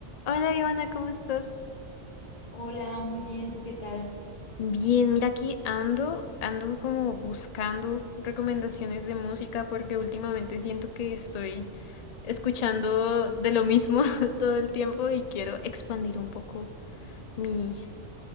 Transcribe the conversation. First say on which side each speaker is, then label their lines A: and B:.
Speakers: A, on the left; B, on the left.
A: Hola Ivana, ¿cómo estás?
B: Hola, muy bien, ¿tú qué tal?
A: Bien, mira aquí ando, ando como buscando recomendaciones de música porque últimamente siento que estoy escuchando de lo mismo <laughs> todo el tiempo y quiero expandir un poco mi,